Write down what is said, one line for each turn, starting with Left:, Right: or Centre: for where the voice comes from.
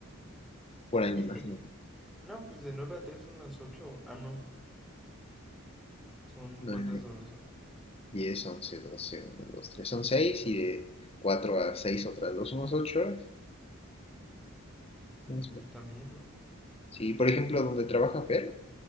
Left: por ahí
Centre: <laughs>
Left: más o menos.
Centre: No, pues de 9 a 3 son las 8. Ah, no. ¿Son cuántas
Left: 9,
Centre: horas son?
Left: 10, 11, 12, 1, 2, 3, son seis y de 4 a 6 otras dos unos 8 horas. Más o
Centre: Pues
Left: menos.
Centre: también, ¿no?
Left: Sí, por ejemplo, donde trabaja Fer,